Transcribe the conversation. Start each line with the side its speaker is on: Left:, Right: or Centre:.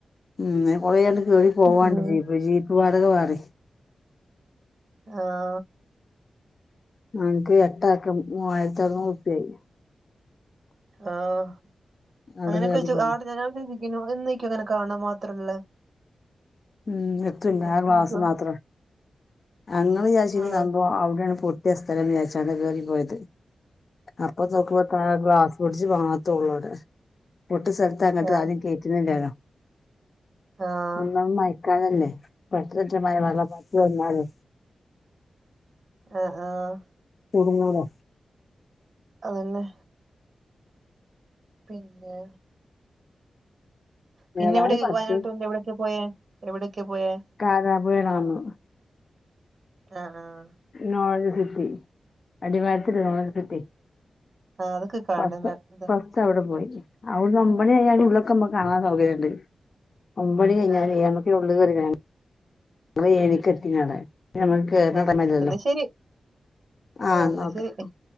Left: ഉം അയ്ന് കൊറേ ആണ്ട് കേറി പോവാണ്ട്
Right: ഉം
Left: ജീപ്പ് ജീ വാടകവേറിം
Right: ആഹ്
Left: ഞങ്ങക്ക് എട്ടാക്ക് മൂവായ്രത്തറ്ന്നൂറുപ്പ്യായി
Right: ആഹ് അങ്ങെനെക്കെ
Left: അത് കയറി
Right: വെച്ച്
Left: പോയി
Right: ആടെ ഞ <unintelligible> എന്നേക്കും ങ്ങെനെ കാണാൻ മാത്രള്ളെ
Left: ഉം എത്തുല്ല ആ
Right: ഫീസും
Left: ഗ്ലാസ് മാത്രം ഞങ്ങള് ചാര്ച്ചീനെ
Right: ആഹ്
Left: സംഭവം അവ്ടേണ് പൊട്ടിയ സ്ഥലം ന്ന് ചാര്ച്ചാണ്ടാ കേറി പോയത് അപ്പൊ നോക്കുമ്പം ആഹ് ഗ്ലാസ് ബ്രിഡ്ജ് മാത്രാെള്ളു അവ്ടെ പൊട്ട്യ സ്ഥൽത്ത് അങ്ങട്ട്
Right: ആഹ്
Left: ആരിം കേറ്റ്ണില്ലേലോ
Right: ആഹ്
Left: ഒന്നാമത് മയക്കാലല്ലേ പെട്ടെന്നെറ്റെ മയവെള്ളപ്പാച്ചില് വന്നാലോ
Right: അൽ ആഹ്
Left: കുട്ങ്ങൂലേ
Right: അതെന്നെ പിന്നെ പിന്നെ
Left: ഏതായാലും
Right: ഇവ്ടെ
Left: പഠിച്ചോ
Right: വയനാട്ട് വന്ന് എവ്ടെക്കെ പോയെ എവിടെയൊക്കെ പോയേ
Left: കാരാ പുഴ ഡാമ്
Right: ലാ ആഹ്
Left: നോളജ് സിറ്റി അടിവാരത്തില് നോളജ് സിറ്റി
Right: ആഹ് അതൊക്കെ കാണണല്ലേ
Left: കൊഴപ്പ
Right: ഇതാ
Left: അവടെ പോയി അവ്ടുന്ന് ഒമ്പെണി ആയാല് ഉള്ളൊക്കെ മ്മക്ക് കാണാൻ സൗകര്യണ്ട് ഒമ്പെണി കയ്ഞ്ഞാലെ
Right: ആഹ്
Left: ഞമ്മക്ക് ഉള്ള് കേറി കാ ങ്ങള് ഏഴെണിക്കെത്തീണവ്ടെ <unintelligible> കേറ്ണാ
Right: ആഹ്
Left: <unintelligible> ല്ലല്ലോ
Right: എന്നാ ശരി
Left: ആഹ്
Right: എന്നാ
Left: നോക്കാ
Right: ശരി